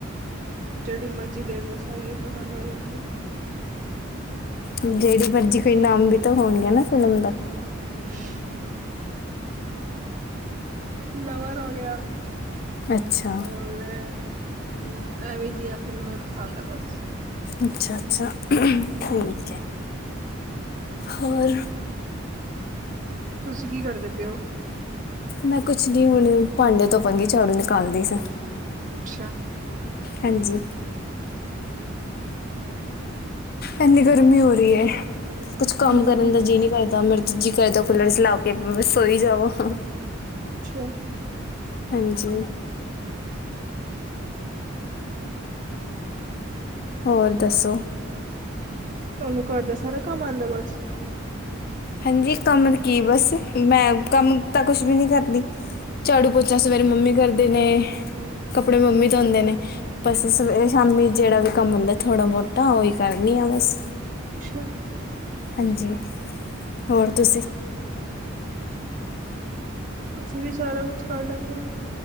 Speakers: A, on the right; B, on the left.
A: ਜਿਹੜੀ ਮਰਜ਼ੀ ਦੇਖ ਲੋ। ਸਾਰੀਆ ਹੀ ਪਸੰਦ ਆ ਜਾਂਦੀਆਂ ਏ।
B: ਜਿਹੜੀ ਮਰਜ਼ੀ ਕੋਈ ਨਾਮ ਵੀ ਤਾਂ ਹੋਦਾ ਨਾ ਫਿਲਮ ਦਾ।
A: <inaudible> ਲਵਰ ਹੋ ਗਿਆ।
B: ਅੱਛਾ
A: ਉਏ ਹੂੰ ਐਵੇਂ ਜਿਹੀਆਂ ਫਿਲਮਾਂ ਪਸੰਦ ਆ ਬਸ।
B: ਅੱਛਾ ਅੱਛਾ ਠੀਕ
A: ਹਮ
B: ਹੈ। ਹੋਰ
A: ਤੁਸੀਂ ਕੀ ਕਰਦੇ ਪੈ ਓ?
B: ਮੈਂ ਕੁਛ ਨੀ, ਹੁਣ ਭਾਂਡੇ ਧੋਵਾਂਗੀ, ਝਾੜੂ ਨਿਕਾਲਦੀ ਸੀ।
A: ਅੱਛਾ।
B: ਹਾਂਜੀ। ਇੰਨੀ ਗਰਮੀ ਹੋ ਰਹੀ ਹੈ, ਕੁਛ ਕੰਮ
A: ਹਮ
B: ਕਰਨ ਦਾ ਜੀਅ ਨਹੀਂ ਕਰਦਾ। ਮੇਰੇ ਜੀ ਕਰਦਾ ਕੁੱਲਰ ਚਲਾ ਕੇ ਬਸ ਸੋਈ ਜਾਵਾਂ।
A: ਅੱਛਾ।
B: ਹਾਂਜੀ। ਹੋਰ ਦੱਸੋ।
A: ਤੁਹਾਨੂੰ ਘਰ ਦਾ ਸਾਰਾ ਕੰਮ ਆਉਂਦਾ ਬਸ।
B: ਹੈਂਜੀ ਕੰਮ ਕੀ ਬਸ, ਮੈਂ ਕੰਮ ਤਾਂ ਕੁਛ ਵੀ ਨਹੀਂ ਕਰਦੀ। ਝਾੜੂ ਪੋਚਾ ਸਵੇਰੇ ਮੰਮੀ ਕਰਦੇ ਨੇ, ਕੱਪੜੇ ਮੰਮੀ ਧੋਂਦੇ ਨੇ। ਬਸ ਸਵੇ ਸ਼ਾਮੀ ਜਿਹੜਾ ਵੀ ਕੰਮ ਹੁੰਦਾ, ਥੋੜ੍ਹਾ ਬਹੁਤਾ ਉਹੀ ਕਰਨੀ ਆ ਬਸ।
A: ਛ
B: ਹਾਂਜੀ। ਹੋਰ ਤੁਸੀਂ
A: ਅਸੀਂ ਵੀ ਸਾਰਾ ਕੁਛ ਕਰ ਲੈਨੇ ਆ।